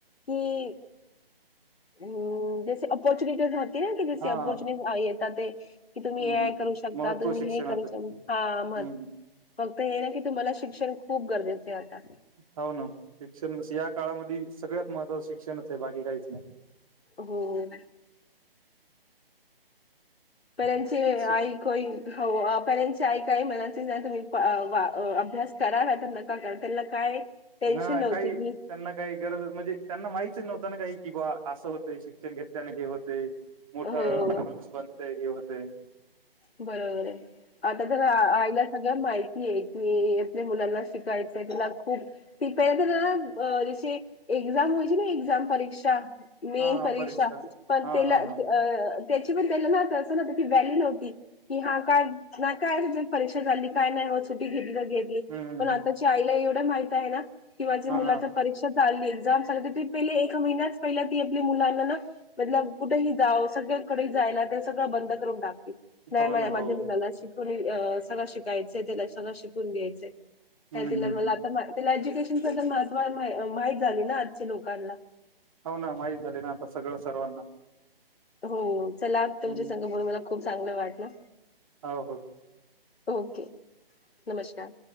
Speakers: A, on the left; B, on the right.
A: कि हम्म जसे अपॉर्चुनिीज होती है की जसे
B: हा
A: पॉर्च्युनिटीज येतात ते कि
B: हम्म
A: ए आय करू शकता.
B: महत्त्व
A: तुम्ही
B: शिक्षणाचं
A: हे करू शकता. हा म
B: हम्म.
A: फक्त हे ना की तुम्हाला शिक्षण खूप गरजेचे आहे आता.
B: हो ना शिक्षण या काळामध्ये सगळ्यात महत्त्वाच शिक्षणच आहे. बाकी काहीच नाही.
A: हो पेरेणची
B: नाही शिक
A: आई हो पेरेंटची आई काय म्हणायचे नाही. तुम्ही प वा अभ्यास करा नाहीतर नका पगार दिला काय? टेन्शन
B: हा
A: नव्हती
B: काही
A: की
B: त्यांना काही गरज म्हणजे त्यांना माहिती नव्हत ना काही की बा अस होत शिक्षण घेतल्याने हे होते. मोठ
A: हो
B: माणूस बनतय. हे होतय
A: बरोबर आहे. आता तर आयला सगळ माहिती आहे की, आपल्या मुलांना शिकायचय तिला खूप ते पहिला तर जसे एक्झाम होयची ना एक्झाम परीक्षा मेन
B: हा हा
A: परीक्षा, पण
B: हा
A: त्याला
B: हा हा
A: त्याची पण त्याला ना तसं ना व्हॅली नव्हती. कि हा काय नाही काय त परीक्षा झाली काय नाही सुटी घेतली तर घेतली.
B: हम्म
A: पण आता आईला एवढ माहिती आहे ना की, माझ्या
B: हा
A: मुलाच्या परीक्षेत चालली एक्झाम चाली तर ती पहिले एक महिन्याच पहिला ती आपल्या मुलांना ना मतलब कुठेही जावो सगळ्याकडे जायला ते सगळ बंद करून टाकतील. नाही
B: हो
A: मा
B: ना
A: माझ्या
B: हो
A: मुलाला शिकून सगळ शिकायच त्याला सगळ शिकून द्यायचय.
B: हम्म
A: का तिला
B: हम्म
A: मला आता तिला एज्युकेशन बद्दल महत्त्व माहित झाली ना आजच्या लोकांना.
B: हो ना माहीत झाले ना आता सगळ सर्वांना.
A: हो चला, तुमच्या
B: हम्म
A: संघ म्हणून मला खूप चांगल वाटल.
B: हा हो
A: ओके नमस्कार.